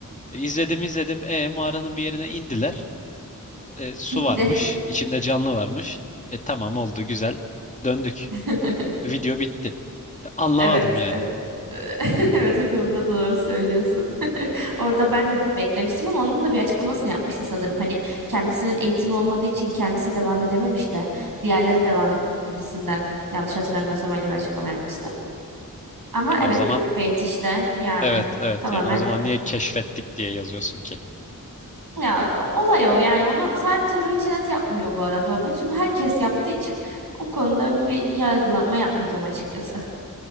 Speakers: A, on the left; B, on the right.
A: E, İzledim izledim. E mağaranın bir yerine indiler. E, su
B: Bitti.
A: varmış. içinde canlı varmış. E tamam oldu güzel. Döndük.
B: <laughs>
A: Video bitti. E, anlamadım
B: Evet,
A: yani.
B: evet. <laughs> Evet o konuda doğru söylüyorsun. <laughs> Orada ben de beklemiştim ama onun da bir açıklamasını yapmıştı sanırım. Hani kendisinin eğitimi olmadığı için kendisi devam edememiş de diğerleri devam et gibisinden. Yanlış hatırlamıyorsam öyle bir açıklama yapmıştı. Ama
A: Ya
B: evet
A: o zaman
B: clickbait işte yani
A: evet evet
B: tamamen
A: yani o zaman niye keşfettik diye yazıyorsun ki?
B: Ya olay o yani onu sadece Ruhi Çenet yapmıyor bu arada. Bütün herkes yaptığı için o konuda bir yargılama yapmayacağım açıkçası.